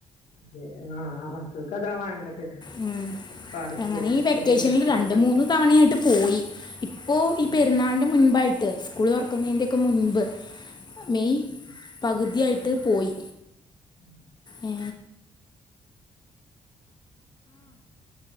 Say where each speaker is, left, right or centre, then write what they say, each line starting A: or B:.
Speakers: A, on the left; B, on the left.
A: അതെ ആഹ മക്കൾക്കാത്ത വേണ്ടത്
B: ഉം.
A: പാർക്ക്
B: അങ്ങനെ ഈ വെക്കേഷനിൽ
A: അയില് കൊറെ
B: രണ്ടു
A: കളിക്ക
B: മൂന്ന് തവണ ആായിട്ട് പോയി ഇപ്പോൊ ഈ
A: ആ
B: പെരുന്നാളിന്റെ മുൻപായിട്ട് ത്ത് സ്കൂൾറക്കുന്നതി്റെൊക്കെ മുൻപ് മെയ്‌
A: അതെ.
B: പകുതിയായിട്ട് ട്ട് പോയി
A: ഉം
B: ഏ,
A: ഉ അ ശ